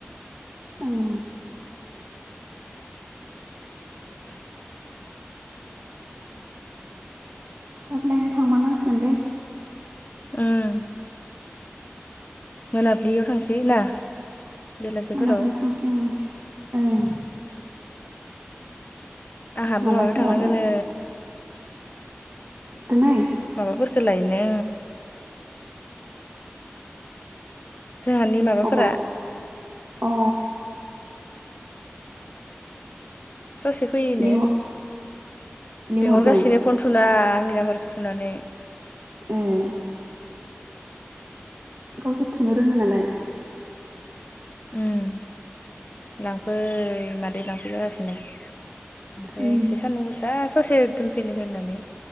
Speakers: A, on the right; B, on the left.
A: ओं
B: <inaudible>
A: साद लायनो थांबा नांसिगोनलै
B: ओम मोनाबिलियाव थांसै ना बेलासिफोराव
A: मोनाबिलि थांसै आं ओं
B: आंहाबो
A: माला
B: माबायाव
A: सोलाबो
B: थांनांगोननो
A: दिनै
B: माबाफोरखौ लायनो जोंहानि माबाफोरा
A: अबाव अ
B: ससे फैयो
A: लिंहर लिंहरदों
B: बेंहरगासिनो फन थुना आंनि नाम्बारखौ थुनानै
A: <inaudible> गावसोर थुनो रोङो नालाय
B: ओम लांफै मादै लांफै जागासिनो ओमफ्राय
A: ओं
B: एसे सान्दुं गोसा ससे दोनफैनो होननानै